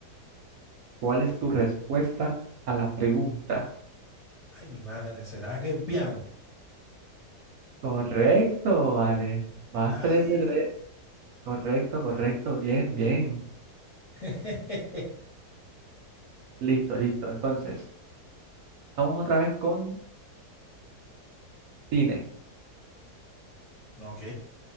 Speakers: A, on the right; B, on the left.
A: ¿Cuál es tu respuesta a la pregunta?
B: Ay, mi madre, ¿será que es piano?
A: Correcto, Ale. Vas
B: Ay,
A: 3 de 3. Correcto, correcto. Bien, bien.
B: <laughs>
A: Listo, listo. Entonces, vamos otra vez con cine,
B: ok.